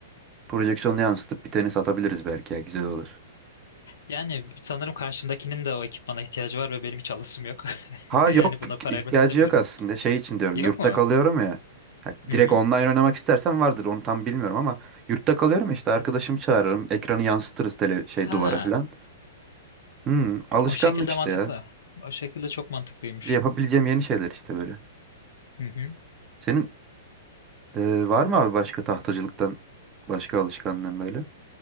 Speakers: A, on the right; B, on the left.
A: Projeksiyonu yansıtıp bir tenis atabiliriz belki ya güzel olur.
B: Yani sanırım karşındakinin de o ekipmana ihtiyacı var ve benim hiç alışım yok. <laughs>
A: Ha
B: Yani
A: yok
B: buna para
A: ihtiyacı
B: ayırmak istemiyorum.
A: yok aslında. Şey için diyorum
B: Yok
A: yurtta
B: mu?
A: kalıyorum ya. Ha,
B: Hı
A: direkt
B: hı.
A: online oynamak istersen vardır onu tam bilmiyorum ama yurtta kalıyorum ya, işte arkadaşımı çağırırım. Ekranı yansıtırız tele şey
B: Ha.
A: duvara falan. Hmm, alışkanlık
B: O şekilde
A: işte
B: mantıklı.
A: ya.
B: O şekilde çok mantıklıymış.
A: Yapabileceğim yeni şeyler işte böyle.
B: Hı hı.
A: Senin e, var mı abi başka tahtacılıktan başka alışkanlığın böyle?